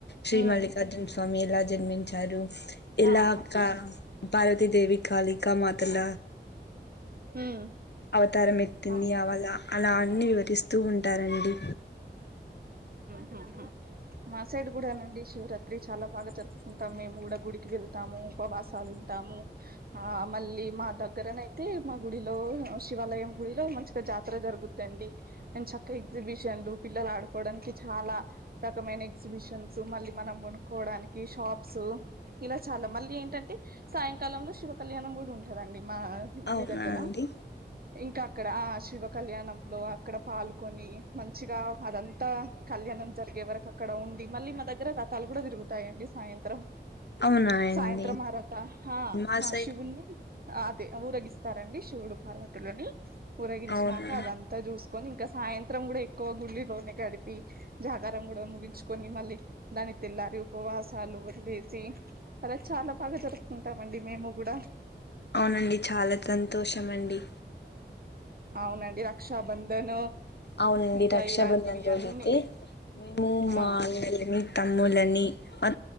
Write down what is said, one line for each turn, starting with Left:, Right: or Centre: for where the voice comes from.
Left: శ్రీ
Right: ఉమ్
Left: మల్లికార్జున స్వామి ఎలా జన్మించారు ఎల
Right: ఆహా
Left: క పార్వతిదేవి కాలిక మాతల
Right: ఉమ్
Left: అవతారం ఎత్తింది
Right: అవును
Left: అవళ అలా అన్ని వివరిస్తూ ఉం టారండి
Right: ఉ హు మా సైడ్ కూడానండి శివరాత్రి చాలా బాగా జరుపుకుంటాం మేము కూడ గుడికి వెళ్తాము ఉపవాసాలు టాము ఆ మళ్ళీ మా దగ్గరనయితే మా గుడిలో శివాలయం గుడిలో <unintelligible> జాతర జరుగుద్ది అండి ఎన్ చక్క ఎగ్జిబిషన్లు పిల్లలు ఆడుకోడానికి చాల రకమైన ఎగ్జిబిషన్స్ మళ్ళీ మనం కొనుక్కోవడానికి షాప్స్ ఇలా చాల మళ్ళీ ఏంటంటే సాయంకాలంలో శివ కళ్యాణం కూడ ఉంటదండి మా గుడి
Left: అవునా
Right: దగ్గర
Left: అండి
Right: ఇంక అక్కడ శివ కళ్యాణం లో అక్కడ పాలు కొని మంచిగ అదంతా కళ్యాణం జరిగే వరకు అక్కడ ఉండి మళ్ళీ మా దగ్గర వ్రతాలు కూడ తిరు జరుగుతాయండి సాయంత్రం
Left: అవునాండి
Right: సాయంత్రం ఆరు అవుత
Left: మా సైడ్
Right: శివుని అదే ఊరగిస్తారండి శివుడు పార్వతులని ఊరగించినాక
Left: అవును
Right: అదంత చూసుకొని <unintelligible> సాయంత్రం కూడా ఎక్కువ గులోనే కడిపి జాగారం కూడ ముగించుకొని మళ్ళీ దాని తెలి ఉపవాసాలు వదిలేసి అలా చాల బాగా జరుపుతుంటాం అండి మేము కూడా
Left: అవునండి చాల సంతోషమండి
Right: అవునండి రక్షాబంధను
Left: అవునండి
Right: ఇంకా
Left: రక్షా
Right: ఇలాంటివి
Left: బంధంన్ రోజైతే
Right: అన్ని
Left: మేము
Right: ఆ
Left: <unintelligible> తమ్ములని అ